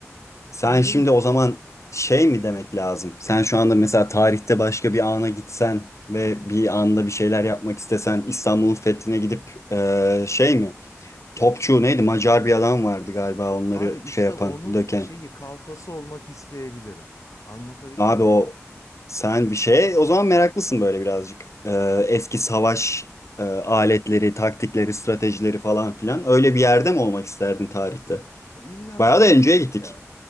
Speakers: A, on the left; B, on the left.
A: Sen
B: Sonra
A: şimdi
B: dedim ki,
A: o zaman şey mi demek lazım? Sen şu anda mesela tarihte başka bir ana gitsen ve bir anda bir şeyler yapmak istesen İstanbul'un fethine gidip eee, şey mi? Topçu neydi? Macar bir adam vardı galiba onları
B: abi işte
A: şey yapan,
B: onun
A: döken.
B: şeyi kalfası olmak isteyebilirim. Anlatabildim
A: Abi
B: mi?
A: o sen bir şey o zaman meraklısın böyle birazcık. Ee, eski savaş e, aletleri, taktikleri, stratejileri falan filan. Öyle bir yerde mi olmak isterdin tarihte?
B: E, İlla
A: Bayağı
B: savaş
A: da önceye
B: değil
A: gittik.
B: de.